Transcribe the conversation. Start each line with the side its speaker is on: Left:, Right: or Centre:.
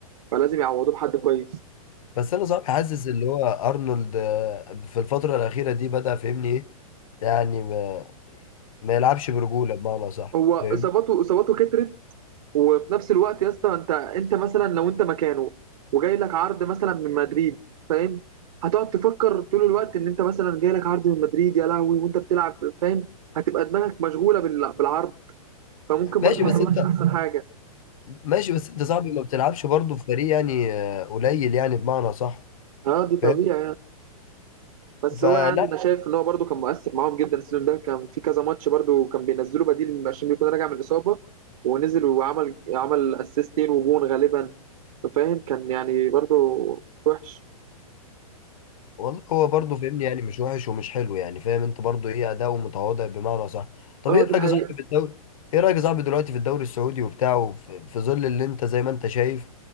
Right: فلازم يعوضوه بحد كويس
Left: بس انا صعب حاسس اللي هو ارنولد آه، في الفتره الاخيره دي بدا فاهمني ايه يعني ما, ما يلعبش برجوله بمعنى صح
Right: هو اصاباته
Left: فاهم
Right: اصاباته كترت وفي نفس الوقت يا اسطى انت انت مثلا لو انت مكانه وجاي لك عرض مثلا من مدريد فاهم هتقعد تفكر طول الوقت ان انت مثلا جاي لك عرض من مدريد يا لهوي وانت بتلعب فاهم هتبقى دماغك مشغوله بال- بالعرض فممكن
Left: ماشي
Right: برضه ما
Left: بس
Right: تطلعش
Left: انت
Right: احسن <laughs> حاجه
Left: ماشي بس انت صعب ما بتلعبش برضه في فريق يعني آه، قليل يعني بمعنى صح
Right: اه دي
Left: فاهم
Right: طبيعي بس
Left: فلا
Right: هو يعني انا شايف ان هو برده كان مؤثر معاهم جدا السيزون ده كان في كذا ماتش برده كان بينزله بديل عشان بيكون راجع من الاصابه ونزل وعمل عمل اسيستين وجون غالبا فاهم كان يعني برده مش وحش
Left: والله هو برضه فاهمني يعني مش وحش ومش حلو يعني فاهم انت برضه ايه اداؤه متواضع بمعنى صح طب
Right: اه
Left: ايه رايك
Right: دي الحقيقه
Left: يا صاحبي في الدوري ايه رايك يا صاحبي دلوقتي في الدوري السعودي وبتاعه في في ظل اللي انت زي ما انت شايف